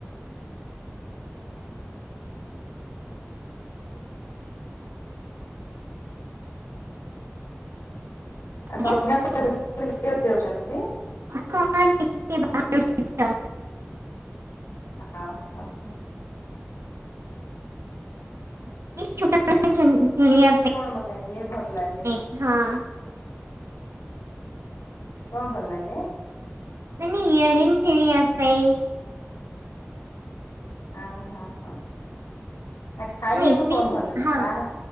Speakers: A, on the left; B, on the right.
A: ଆଉ
B: ଆଜ୍ଞା।
A: ସନ୍ଧ୍ୟା <unintelligible> ଦଉଚନ୍ତି।
B: <unintelligible> ଭାତ।
A: ହଁ ହଁ ହଁ।
B: <unintelligible> କିଣିବା
A: କଣ ଭଲ ଇଏ ଭଲ ଲାଗେ
B: ପାଇଁ ହଁ।
A: କଣ ଭଲ ଲାଗେ?
B: ମାନେ ୟିଅରିଙ୍ଗ କିଣିବା ପାଇଁ।
A: ଆ ହଁ ହଁ। ଆ ଖାଇବାକୁ
B: ମୁଁ
A: କଁ
B: ଏତେ
A: ଭଲ ଲାଗେ
B: ହଁ
A: ବା